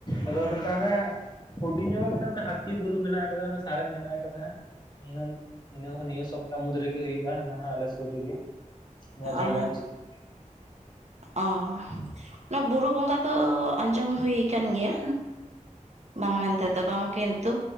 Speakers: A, on the left; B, on the right.
A: ᱟᱫᱚ ᱢᱤᱫᱴᱟᱱ ᱦᱟᱱᱮ ᱦᱩᱰᱤᱧ ᱧᱚᱜ ᱜᱮ ᱢᱮᱱᱟᱜ-ᱟ ᱦᱟᱹᱛᱤ ᱵᱩᱨᱩ ᱢᱮᱱᱟᱜ ᱟᱠᱟᱫᱟ ᱚᱱᱟ ᱥᱟᱨᱮᱡ ᱢᱮᱱᱟᱜ ᱟᱠᱟᱫᱟ ᱦᱟᱸᱜ <unintelligible> ᱤᱱᱟᱹ ᱦᱚᱸ ᱱᱤᱭᱟᱹ ᱥᱚᱯᱛᱟ ᱢᱩᱫᱽ ᱨᱮᱜᱮ ᱦᱩᱭᱩᱜ-ᱟ ᱱᱚᱣᱟ ᱦᱚ ᱟᱞᱮ ᱥᱩᱨ ᱨᱮᱜᱮ᱾ ᱱᱚᱣᱟ ᱡᱷᱟᱲᱜᱨᱟᱢ
B: ᱚ
A: ᱰᱤᱥᱴᱤᱠ
B: ᱚ ᱚᱱᱟ ᱵᱩᱨᱩ ᱵᱚᱸᱜᱟ ᱫᱚ ᱟᱸᱡᱚᱢ ᱦᱩᱭ ᱠᱟᱱ ᱜᱮᱭᱟ᱾ ᱵᱟᱝ ᱢᱮᱱᱛᱮᱫᱚ ᱵᱟᱝ ᱠᱤᱱᱛᱩ